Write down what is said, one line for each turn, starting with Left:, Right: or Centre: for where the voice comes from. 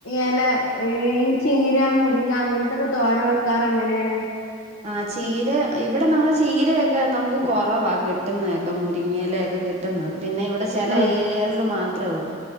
Left: എല ഈ ചീര, മുരിങ്ങ, അങ്ങനത്തൊക്കെ തോരൻ വെക്കാറ് എങ്ങനേണ്?
Right: ആഹ് ചീര ഇവടെ നമ്മൾ ചീരയൊക്കെ നമുക്ക് കൊറവാ കി ട്ടുന്നതൊക്കെ മുരിങ്ങയിലയൊക്കെ കിട്ടുന്നത്. പിന്നെ ഇവടെ ചെല
Left: ആഹ്
Right: ഏരിയകളിൽ മാത്രേ ഒള്ളൂ.